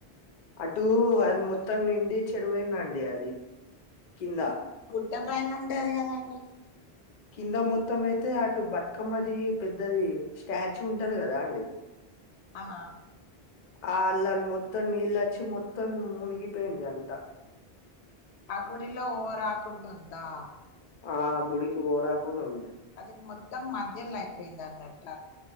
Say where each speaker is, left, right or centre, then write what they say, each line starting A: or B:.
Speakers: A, on the left; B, on the left.
A: అటు అది మొత్తం నిండి చెరువైందండి అది కింద
B: ఇగ పైన ఉంటది కదండి
A: కింద మొత్తం అయితే అటు బట్కమ్మది పెద్దది స్టాచ్యూ ఉంటది కదా అండి
B: ఆ
A: ఆల్లాన్ మొత్తం నీళ్ళచ్చి మొత్తం మునిగిపోయింది అంట
B: అ గుడిలో ఓరాకుంటుందా
A: ఆ గుడికి ఓరాకుండ ఉంది
B: అది మొత్తం మధ్యలో అయిపోయింది అన్నట్ట